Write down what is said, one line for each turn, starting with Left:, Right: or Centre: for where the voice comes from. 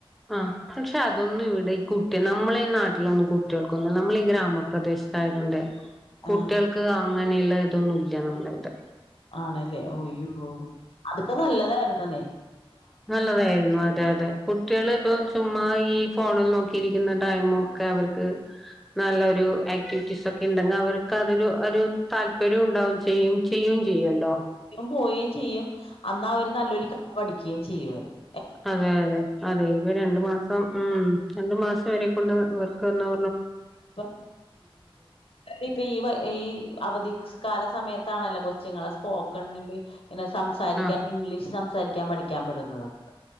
Centre: ആ പക്ഷെ അതൊന്നും ഇവിടെ ഈ കുട്ടി നമ്മളെ ഈ നാട്ടിലൊന്നും കുട്ടികൾക്കൊന്ന് നമ്മളീ ഗ്രാമപ്രദേശത്തായതോണ്ടേ കുട്ടികൾക്ക്
Left: ആഹ്
Centre: ആ അങ്ങനെയുള്ള ഇതൊന്നും ഇല്ല. നമ്മൽത്
Left: ആണല്ലേ ഒയ്യോ അതൊക്കെ നല്ലതായിരുന്നെന്നെ.
Centre: നല്ലതായിരുന്നു അതെ അതെ കുട്ടികള് ഇപ്പം ചുമ്മാ ഈ ഫോണിൽ നോക്കിയിരിക്കുന്ന ടൈമൊക്കെ അവർക്ക് നല്ലൊരു ആക്ടിവിറ്റീസ് ഒക്കെ ഉണ്ടെങ്കെ അവർക്ക് അതൊരു ഒരു താല്പര്യം ഉണ്ടാവും ചെയ്യും. ചെയ്യും ചെയ്യല്ലോ
Left: പോയേ ചെയ്യും അന്നാ അവര് നല്ലൊരു ക വടി ക്യേം ചെയ്യുആര്ന്നു.
Centre: അതെ അതെ അതെ ഇവ രണ്ടു മാസം ഉം രണ്ടു മാസം വരെ കൊണ്ട് വർക്ക് ഒന്നൊ
Left: പ്പം ഈ പ്പ ഈ അവധി കാല സമയത് ത്താണല്ലോ കൊച്ചുങ്ങള സ് പോക്കണ്ല് ഇങ്ങനെ സംസാരിക്കാൻ
Centre: ആഹ്
Left: ഇംഗ്ലീഷ് സംസാ സംസാരിക്കാൻ പഠിക്കാൻ വിടുന്നതൊക്ക